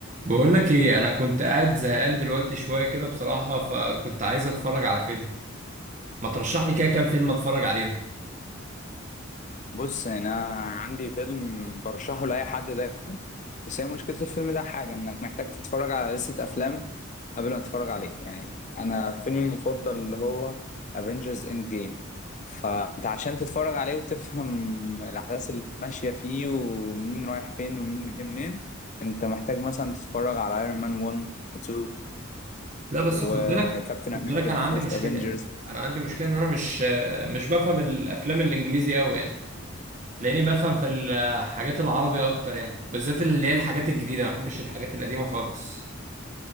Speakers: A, on the right; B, on the left.
A: بقول لك ايه انا كنت قاعد زهقان دلوقتي شويه كده بصراحه فكنت عايز اتفرج على فيلم ما ترشح لي كده كام فيلم اتفرج عليهم
B: بص يعني انا عندي فيلم برشحه لاي حد دايما بس هي مشكله الفيلم ده حاجه انك محتاج تتفرج على لستة افلام قبل ما تتفرج عليه يعني انا فيلمي المفضل اللي هو افنجرز اند جيم فانت عشان تتفرج عليه وتفهم الاحداث اللي ماشيه فيه ومين رايح فين ومين جاي منين انت محتاج مثلا تتفرج على ايرون مان 1 و 2
A: لا بس
B: وكابتن
A: خد بالك خد
B: امريكا
A: بالك انا
B: ذا
A: عندي
B: فيرست
A: مشكله
B: افنجرز
A: انا عندي مشكله ان انا مش مش بفهم الافلام الانجليزي قوي يعني تلاقيني بفهم في الحاجات العربي اكتر يعني بالذات اللي هي الحاجات الجديده ما بحبش الحاجات القديمه خالص